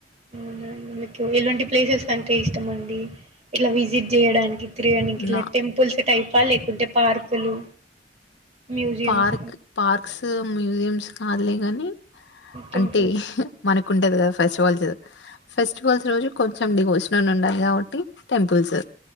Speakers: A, on the right (about 40°); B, on the left (about 80°).
A: అవునాం మీకు ఎలాంటి ప్లేసెస్ అంటే ఇష్టం అండి ఇట్లా విజిట్ చేయడానికి తిరగడానికి ఇలా
B: నా
A: టెంపుల్స్ టైపా లే కొంటే పార్కులు మ్యూజియమ్స్
B: పార్క్ పార్క్స్ మ్యూజియమ్స్ కాదులే ని
A: టెంపుల్స్
B: అంటే మనకుంటది కదా ఫెస్టివల్స్ ఫెస్టివల్స్ రోజు కొంచెం డివషన్ ఉండాలి కాబట్టి టెంపుల్స్